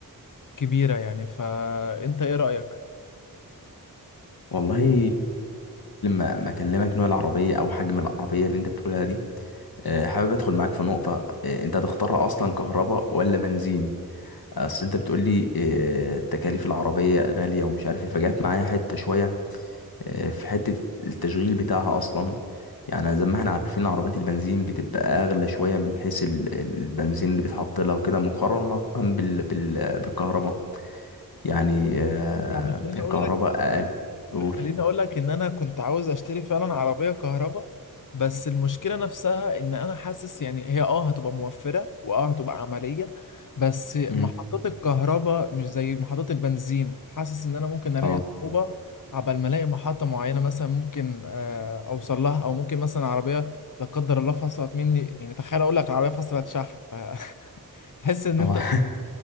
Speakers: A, on the left; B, on the left.
A: كبيرة يعني فانت ايه رأيك؟
B: والله انا اكلمك نوع العربيه او حجم العربيه اللي انت بتقولها دي أه، حابب ادخل معاك في نقطه أه، انت هتختارها اصلا كهرباء ولا بنزين اصل انت بتقول لي أه، تكاليف العربيه غاليه ومش عارف ايه فجات معايا حته شويه أه، في حته التشغيل بتاعها اصلا يعني زي ما احنا عارفين عربيات البنزين بتبقى اغلى شويه من حيث ال- البنزين اللي بيتحط لها وكده مقارنه بال بال بالكهرباء يعني أه،
A: يعني خليني
B: الكهرباء
A: اقول لك
B: اقل قول
A: خليني اقول لك ان انا كنت عاوز اشتري فعلا عربيه كهرباء بس المشكله نفسها ان انا حاسس يعني هي اه هتبقى موفره واه هتبقى عمليه بس محطات
B: مم.
A: الكهرباء مش زي محطات البنزين حاسس ان انا ممكن الاقي
B: اه
A: صعوبه عبال ما الاقي محطه معينه مثلا ممكن آه، اوصل لها او ممكن مثلا عربيه لا قدر الله فصلت مني يعني تخيل اقول لك عربيه فصلت شحن <laughs> فتحس ان
B: اه
A: انت